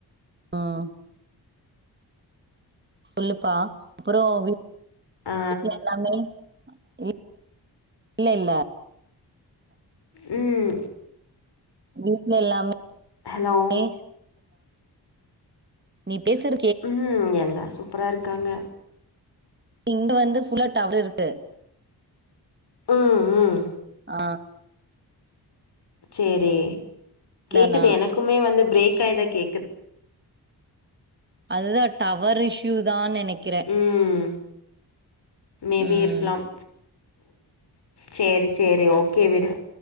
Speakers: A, on the right; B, on the left.
A: ம் சொல்லுப்பா அப்றோ வீட்ல
B: ஆ
A: எல்லாமே ஆ இ இல்ல இல்ல
B: ம்
A: வீட்ல எல்லாமே
B: ஹலோ.
A: நீ பேசுற
B: ம் எல்லா சூப்பராருக்காங்க
A: இங்க வந்து ஃபுல்லா டவர் இருக்கு
B: ம் ம்
A: ஆ
B: செரி கேக்குது
A: தானா?
B: எனக்குமே வந்து பிரேக் ஆயிதா கேக்குது
A: அதுதா டவர் இஷ்யூ தான் நெனைக்கிறே
B: ம் மேபி
A: ம்.
B: இருக்கலாம் சேரி சேரி ஓகே விடு